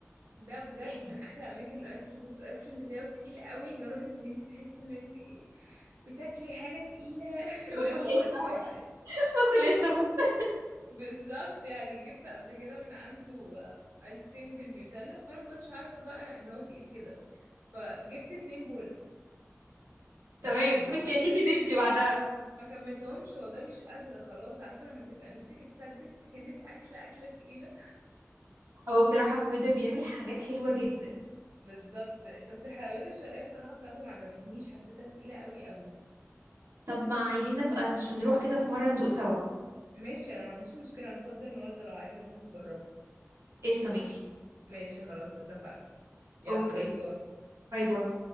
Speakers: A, on the right; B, on the right.
A: ده بجد
B: <laughs>
A: من احلى اماكن الايس كريم بس الايس كريم بتاعه تقيل قوي لدرجة ان انت تحسي ان انت بتاكلي حاجة تقيلة <laughs> وهي
B: باكل
A: هو
B: قشطه
A: ايس كريم عادي
B: باكل قشطه بس <laughs>
A: بالظبط يعني جبت قبل كده من عنده آه، ايس كريم بالنيوتيلا فانا ما كنتش عارفة بقى ان هو تقيل كده فجبت اتنين بولا
B: تمام
A: مش قادرة
B: وانتي
A: اوصف
B: اكيد ندمتي
A: لك
B: بعدها
A: ما كملتهمش والله مش قادرة خلاص عارفة لما تبقى نفسك اتسدت كأنك أكلة أكلة تقيلة
B: هو بصراحه كويدر بيعمل حاجات حلوه جدا
A: <laughs> بالظبط بس الحلويات الشرقية الصراحة بتاعته ما عجبتنيش حسيتها تقيلة قوي قوي
B: طب ما عايزين نبقى نش- نروح كده في مره ندوق سوا
A: ماشي أنا ما عنديش مشكلة أنا فاضية النهاردة لو عايزة نروح نجربها
B: قشطه ماشي
A: ماشي خلاص اتفقنا يلا
B: اوكي
A: باي باي
B: باي باي